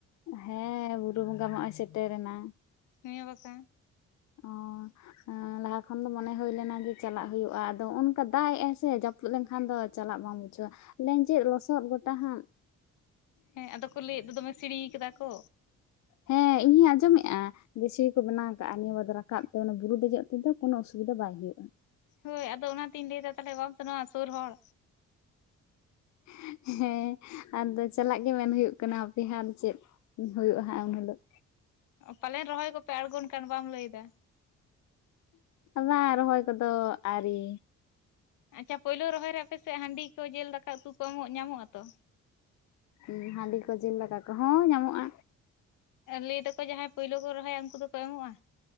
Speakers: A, on the left (about 65°); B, on the left (about 85°).
A: ᱦᱮᱸ ᱵᱩᱨᱩ ᱵᱚᱸᱜᱟ ᱢᱟ ᱱᱚᱜᱼᱚᱭ ᱥᱮᱴᱮᱨᱮᱱᱟ
B: ᱦᱮᱸ ᱵᱟᱠᱷᱟᱱ
A: ᱚᱼᱼ ᱚ, ᱞᱟᱦᱟ ᱠᱷᱚᱱ ᱫᱚ ᱢᱚᱱᱮ ᱦᱩᱭ ᱞᱮᱱᱟ ᱡᱮ ᱪᱟᱞᱟᱜ ᱦᱩᱭᱩᱜᱼᱟ ᱟᱫᱚ ᱦᱚᱸᱜ-ᱚ ᱱᱚᱝᱠᱟ ᱫᱟᱜ ᱮᱜᱼᱟᱭ ᱥᱮ ᱡᱟᱹᱯᱩᱫ ᱞᱮᱱᱠᱷᱟᱱ ᱫᱚ ᱪᱟᱞᱟᱜ ᱵᱟᱝ‌ ᱵᱩ ᱪᱚ ᱞᱮᱸᱡᱮᱫ ᱞᱚᱥᱚᱫ ᱜᱚᱴᱟ ᱦᱟᱸᱜ
B: ᱦᱮᱸ ᱟᱫᱚ ᱠᱚ ᱞᱟᱹᱭᱮᱫ ᱫᱚ ᱫᱚᱢᱮ ᱥᱤᱲᱤᱭ ᱠᱟᱫᱟ ᱠᱚ
A: ᱦᱮᱸ ᱤᱧ ᱦᱚᱧ ᱟᱸᱡᱚᱢᱮᱜ-ᱟ ᱡᱮ ᱥᱤᱲᱤ ᱠᱚ ᱵᱮᱱᱟᱣ ᱠᱟᱟᱜᱼᱟ ᱱᱤᱭᱟᱹ ᱵᱟᱨ ᱫᱚ ᱨᱟᱠᱟᱵ ᱛᱮ ᱚᱱᱟ ᱵᱩᱨᱩ ᱫᱮᱡᱚᱜ ᱛᱮᱫᱚ ᱠᱳᱱᱳ ᱚᱥᱩᱵᱤᱫᱟ ᱵᱟᱭ ᱦᱩᱭᱩᱜᱼᱟ
B: ᱦᱳᱭ ᱟᱫᱚ ᱚᱱᱟᱛᱤᱧ ᱞᱟᱹᱭ ᱮᱫᱟ ᱛᱟᱦᱞᱮ ᱵᱟᱢ ᱥᱮᱱᱚᱜ- ᱟ ᱥᱩᱨ ᱦᱚᱲ
A: <inaudible> ᱦᱮᱸ ᱟᱫᱚ ᱪᱟᱞᱟᱜ ᱜᱮ ᱢᱮᱱ ᱦᱩᱭᱩᱜ ᱠᱟᱱᱟ ᱦᱟᱯᱮ ᱦᱟᱸᱜ ᱟᱫᱚ ᱪᱮᱫ ᱦᱩᱭᱩᱜᱼᱟ ᱦᱟᱸᱜ ᱩᱱ ᱦᱤᱞᱳᱜ
B: ᱯᱟᱞᱮᱱ ᱨᱚᱦᱚᱭ ᱠᱚᱯᱮ ᱟᱬᱜᱚᱱ ᱠᱟᱱ ᱵᱟᱢ ᱞᱟᱹᱭ ᱮᱫᱟ
A: ᱵᱟᱝ ᱨᱚᱦᱚᱭ ᱠᱚᱫᱚ ᱟᱣᱨᱤ
B: ᱟᱪᱪᱷᱟ ᱯᱳᱭᱞᱳ ᱨᱚᱦᱚᱭ ᱨᱮ ᱟᱯᱮᱥᱮᱫ ᱦᱟᱺᱰᱤ ᱠᱚ ᱡᱮᱞ ᱫᱟᱠᱟ ᱩᱛᱩ ᱠᱚ ᱦᱚᱸ ᱧᱟᱢᱚᱜᱼᱟ ᱛᱚ
A: ᱩᱸ, ᱦᱟᱺᱰᱤ ᱠᱚ ᱡᱤᱞ ᱫᱠᱟ ᱠᱚ ᱦᱮᱸ ᱧᱟᱢᱚᱜᱼᱟ
B: ᱞᱟᱹᱭ ᱫᱟᱠᱚ ᱡᱟᱦᱟᱸᱭ ᱯᱩᱭᱞᱳ ᱠᱚ ᱨᱚᱦᱚᱭᱟ ᱩᱝᱠᱩ ᱫᱚᱠᱚ ᱮᱢᱚᱜᱼᱟ